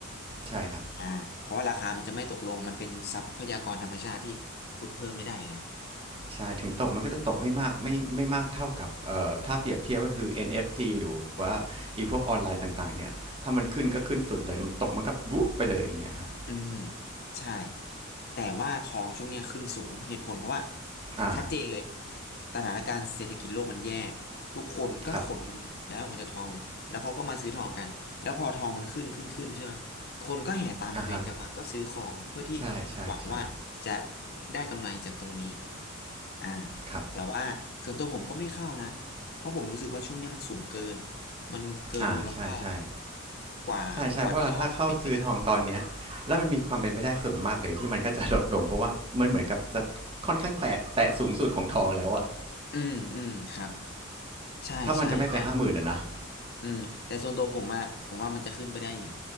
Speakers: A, on the right (about 25°); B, on the left (about 50°).
A: ใช่ครับ
B: อ่าเพราะว่าราคามันจะไม่ตกลง มันเป็นทรัพยากรธรรมชาติที่ขุดเพิ่มไม่ได้อยู่แล้ว
A: ใช่ถึงตกมันก็จะตกไม่มากไม่ไม่มากเท่ากับเอ่อถ้าเปรียบเทียบก็คือ n f c หรือว่าไอีพวกออนไลน์ต่างๆเนี่ยถ้ามันขึ้นก็ขึ้นสุดเลยมันตกมันก็บุ๊บไปเลยอย่างเงี้ยครับ
B: อืมใช่แต่ว่าทองช่วงเนี้ยขึ้นสูงเหตุผลเพราะว่า
A: อ่า
B: ชัดเจนเลยสถานการณ์เศรษฐกิจโลกมันแย่ทุกคนก็ขนเงินย้ายออกมาจากทองหมดแล้วเขาก็มาซื้อทองกันแล้วพอทองมันขึ้นขึ้นขึ้นใช่ไหม
A: ครับ
B: คนก็แห่ตามเทรนด์กันมาก็ซื้อของเพื่อที่
A: อ่ฮะใช่ใช่ใช่
B: หวังว่าจะได้กำไรจากตรงนี้อ่า
A: ครับ
B: แต่ว่าส่วนตัวผมก็ไม่เข้านะเพราะผมรู้สึกว่าช่วงเนี้ยมันสูงเกินมันเกินมูลค่า
A: อ่าใช่ใช่
B: กว่ากว่าที่ทองเป็นไปได้
A: ใช่ใช่เพราะเราถ้าเข้าซื้อทองตอนเนี้ยแล้วมันมีความเป็นไปได้สูงมากเลยที่มันก็จะลดลงเพราะว่ามันเหมือนกับจะค่อนข้างแตะแตะสูงสุดของทองแล้วอะ
B: อืมอืมครับใช่ใช่ใช่
A: ถ้ามันจะไม่ไปห้าหมื่นอะนะ
B: อืมแต่ส่วนตัวผมอะผมว่ามันจะขึ้นไปได้อีก